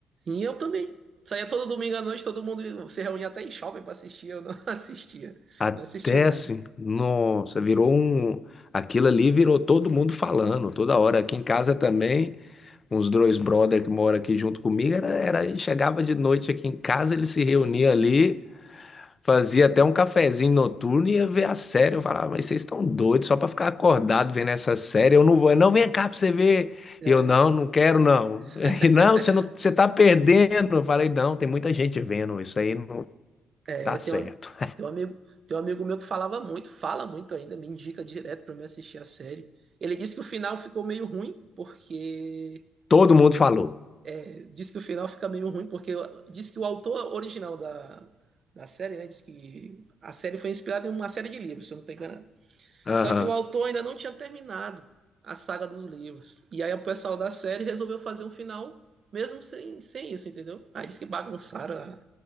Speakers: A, on the right; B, on the left.
A: E eu também. Saía todo domingo à noite, todo mundo se reunia até em shopping pra assistir. Eu não <laughs> assistia.
B: Até
A: Não assisti nada.
B: assim, nossa, virou um. Aquilo ali virou todo mundo falando, toda hora. Aqui em casa também, uns dois brother que moram aqui junto comigo, era, era, chegava de noite aqui em casa, eles se reuniam ali. Fazia até um cafezinho noturno e ia ver a série. Eu falava, mas vocês estão doidos só pra ficar acordado vendo essa série. Eu não vou, não, vem cá pra você ver.
A: É,
B: E eu, não, não quero, não.
A: <laughs>
B: <laughs> E não, você não, você tá perdendo. Eu falei, não, tem muita gente vendo, isso aí não
A: é
B: tá certo.
A: tem um, ami- tem um amigo, tem um amigo meu que falava muito, fala muito ainda, me indica direto pra mim assistir a série. Ele disse que o final ficou meio ruim, porque.
B: Todo mundo falou.
A: é, Disse que o final fica meio ruim, porque disse que o autor original da, da série, né? Disse que a série foi inspirada em uma série de livros, se eu não estou enganado.
B: Aham.
A: Só que o autor ainda não tinha terminado a saga dos livros. E aí o pessoal da série resolveu fazer um final mesmo sem, sem isso, entendeu? Aí disse que bagunçaram a,